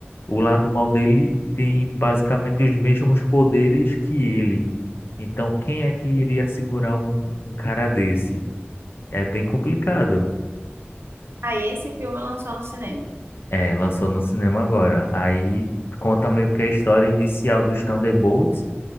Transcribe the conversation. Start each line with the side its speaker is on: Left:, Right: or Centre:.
Left: o lado mal dele tem basicamente os mesmos poderes que ele. Então, quem é que iria segurar um, um cara desse? É bem complicado.
Right: Aí esse filme lançou no cinema.
Left: É, lançou no cinema agora. Aí conta meio que a história inicial dos Thunderbolts